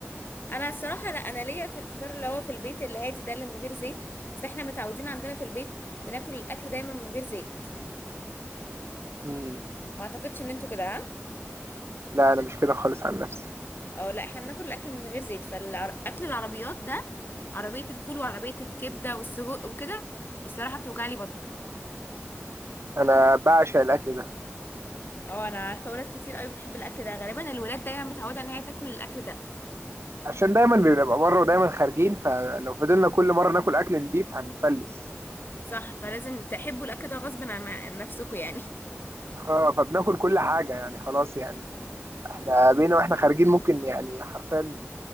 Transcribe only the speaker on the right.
مم.
لا انا مش كده خالص عن نفسي
انا بعشق الاكل ده
عشان دايما بنبقى بره ودايما خارجين فلو فضلنا كل مره ناكل اكل نضيف هنفلس
اه فبناكل كل حاجه يعني خلاص يعني احنا بينا واحنا خارجين ممكن يعني حرفيا